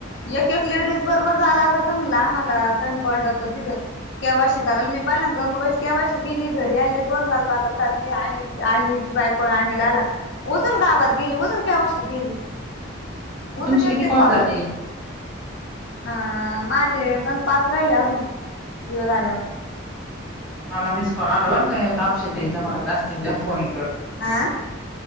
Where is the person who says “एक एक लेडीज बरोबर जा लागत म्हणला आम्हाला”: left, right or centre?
Left